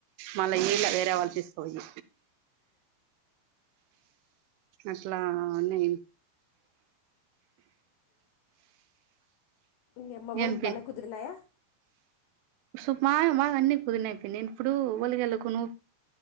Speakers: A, on the right (about 80°); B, on the left (about 80°).
A: మళ్ళీ ఈలా వేరే వాళ్ళు తీసుక్పోయి అట్లా అని
B: నిమ్మవల్
A: ఏం
B: బన కుదు్రి నాయ
A: స మా మా అన్నీ కుదన అయిపోయి నేను ఇప్పుడు వలిగ వెళ్ళకు ను